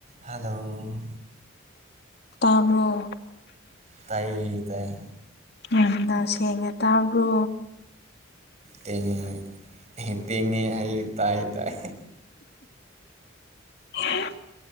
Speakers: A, on the right (about 35°); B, on the left (about 55°).
A: Hello
B: ꯇꯥꯕꯔꯣ
A: ꯇꯥꯏꯌꯦ ꯇꯥꯏꯌꯦ
B: ꯌꯥꯝꯅ ꯁꯦꯡꯅ ꯇꯥꯕ꯭ꯔꯣ
A: ꯇꯦꯡꯉꯉꯤ ꯇꯦꯡꯉꯦ ꯑꯩ ꯇꯥꯏ ꯇꯥꯏ
B: <inaudible>